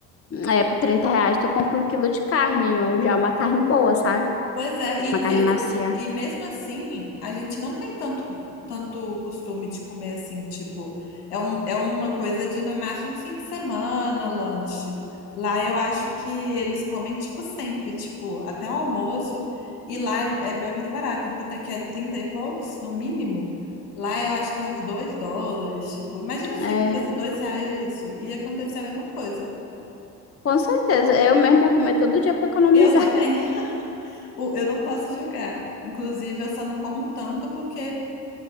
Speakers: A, on the left; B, on the left.
A: é, por 30 reais tu compra um quilo de carne, ou já uma carne boa, sabe?
B: Pois é, e
A: Uma carne
B: mesmo,
A: macia.
B: e mesmo assim, a gente não tem tanto, tanto costume de comer assim, tipo, é, um, é uma coisa de no máximo fim de semana, lanche. Lá eu acho que eles comem, tipo, sempre, tipo, até o almoço, e lá é, é bem mais barato, enquanto aqui é 30 e poucos, no mínimo, lá eu acho que é uns 2 dólares, tipo, imagina
A: É,
B: se aqui fosse 2 reais isso, ia acontecer a mesma coisa.
A: Com certeza, eu mesmo ia comer todo dia para economizar.
B: Eu também, <laughs> O- eu não posso julgar. Inclusive, eu só não como tanto porque